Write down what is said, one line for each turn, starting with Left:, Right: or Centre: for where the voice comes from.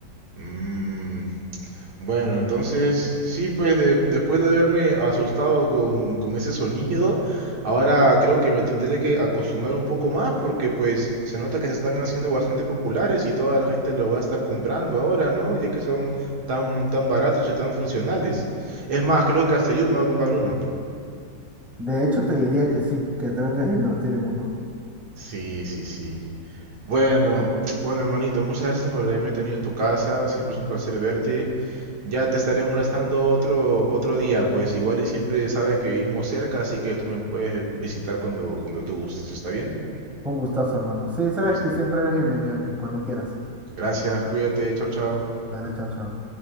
Right: Mm, Bueno, entonces, sí, pues de- después de haberme asustado con, con ese sonido, ahora creo que me tendré que acostumbrar un poco más porque pues se nota que se están haciendo bastante populares y toda la gente lo va a estar comprando ahora, ¿no? Ya que son tan, tan baratos y tan funcionales. Es más, creo que hasta yo me voy a comprar uno.
Centre: De hecho, te diría que sí, que trates de invertir en uno.
Right: Sí, sí, sí. Bueno, bueno hermanito, muchas gracias por haberme tenido en tu casa, siempre es un placer verte. Ya te estaré molestando otro otro día, pues igual y siempre sabes que vivimos cerca, así que tú me puedes visitar cuando cuando tú gustes, ¿está bien?
Centre: Un gustazo, hermano. Sí, sabes
Right: Listo.
Centre: que siempre eres bienvenido aquí, cuando quieras.
Right: Gracias, cuídate, chao, chao.
Centre: Dale, chao, chao.